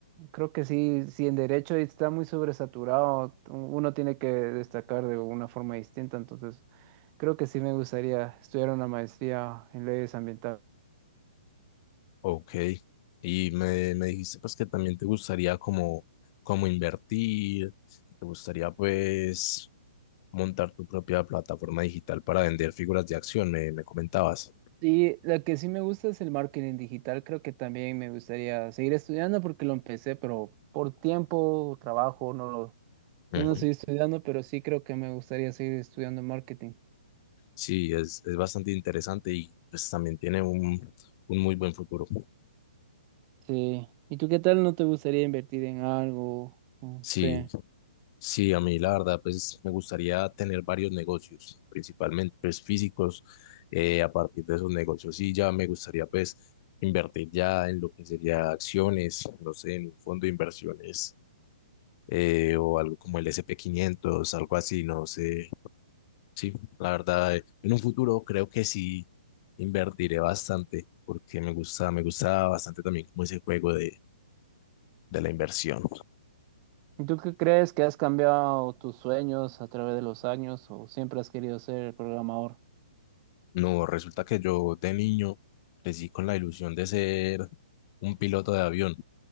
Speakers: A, on the right; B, on the left.
A: creo que sí, si en derecho está muy sobresaturado, uno tiene que destacar de una forma distinta, entonces creo que sí me gustaría estudiar una maestría en leyes ambientales.
B: Ok, y me, me dijiste pues que también te gustaría como, como invertir, te gustaría pues montar tu propia plataforma digital para vender figuras de acción, me, me comentabas.
A: Y la que sí me gusta es el marketing digital, creo que también me gustaría seguir estudiando porque lo empecé, pero por tiempo, trabajo, no lo
B: Ujú.
A: Ya no estoy estudiando, pero sí creo que me gustaría seguir estudiando marketing.
B: Sí, es, es bastante interesante y pues también tiene un, un muy buen futuro.
A: Sí. ¿Y tú qué tal? ¿No te gustaría invertir en algo? Mm,
B: Sí,
A: Sí.
B: Sí, a mí la verdad, pues me gustaría tener varios negocios, principalmente pues físicos. eh, a partir de esos negocios, sí, ya me gustaría pues invertir ya en lo que sería acciones, no sé, en un fondo de inversiones eh, o algo como el S&P quinientos, algo así, no sé. Sí, la verdad, eh, en un futuro creo que sí invertiré bastante porque me gusta, me gusta bastante también como ese juego de, de la inversión.
A: ¿Y tú qué crees que has cambiado tus sueños a través de los años o siempre has querido ser programador?
B: No, resulta que yo de niño crecí con la ilusión de ser un piloto de avión.